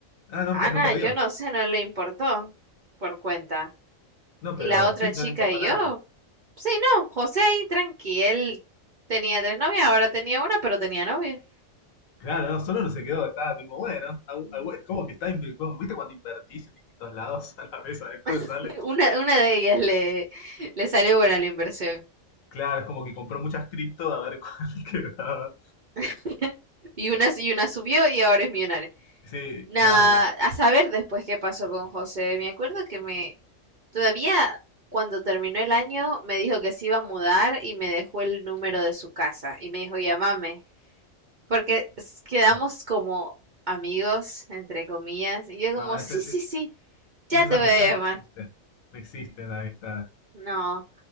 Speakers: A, on the left (about 80°); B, on the right (about 50°).
A: ah, no,
B: Ana,
A: pe- no perdió.
B: yo no sé, no le importó por cuenta.
A: No,
B: Y
A: pero
B: la otra
A: sí,
B: chica
A: no le importa
B: y
A: nada.
B: yo, sí, no, José ahí tranqui, él tenía tres novias, ahora tenía una, pero tenía novia.
A: Claro, no, solo no se quedó, estaba tipo, bueno, algo-
B: Mm,
A: algo- es como que está, inv- como, ¿viste cuando invertís en distintos lados <laughs> a la vez a ver cuál sale?
B: <laughs> Una, una de ellas le, le salió buena la inversión.
A: Claro, es como que compró muchas cripto a ver cuál <laughs> quedaba.
B: <laughs> Y una, y una subió y ahora es millonaria.
A: Sí,
B: Nah,
A: y ahora ya-
B: a saber después qué pasó con José. Me acuerdo que me, todavía cuando terminó el año, me dijo que se iba a mudar y me dejó el número de su casa y me dijo, llámame, porque s- quedamos
A: ah,
B: como amigos, entre comillas, y yo
A: No,
B: como,
A: ese-
B: sí, sí,
A: e-
B: sí, ya
A: esas
B: te
A: amistades
B: voy a llamar.
A: no existen. No existen las amistades.
B: No,